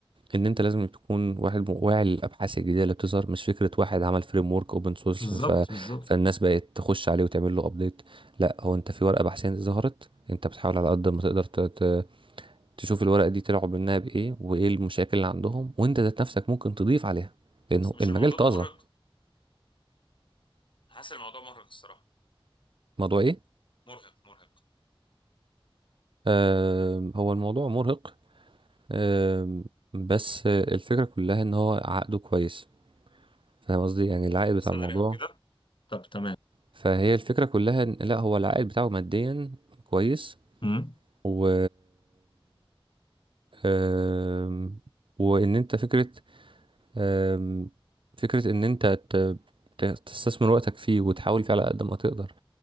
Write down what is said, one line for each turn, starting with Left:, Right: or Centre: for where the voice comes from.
Right: ان انت لازم تكون واحد م- واعي للابحاث الجديده اللي بتظهر مش فكره واحد عمل فريم ورك اوبن سورس
Left: بالظبط
Right: ف...
Left: بالظبط
Right: فالناس بقت تخش عليه وتعمل له ابديت لا هو انت في ورقه بحثيه ظهرت انت بتحاول على قد ما تقدر ت... ت... تشوف الورقه دي طلعوا منها بايه وايه المشاكل اللي عندهم وانت ذات نفسك ممكن تضيف عليها لانه
Left: بس مش
Right: المجال
Left: الموضوع
Right: طازه
Left: ده مرهق حاسس الموضوع مرهق الصراحه
Right: الموضوع ايه
Left: مرهق مرهق
Right: آه... هو الموضوع مرهق آه... بس الفكره كلها ان هو عقده كويس فاهم قصدي يعني العائد بتاع
Left: سالري
Right: الموضوع
Left: او كده طب تمام
Right: فهي الفكرة كلها إن لا هو العائد بتاعه ماديا كويس
Left: مم.
Right: و آم، وإن أنت فكرة آم، فكرة إن أنت ت- ت- تستثمر وقتك فيه وتحاول فيه على قد ما تقدر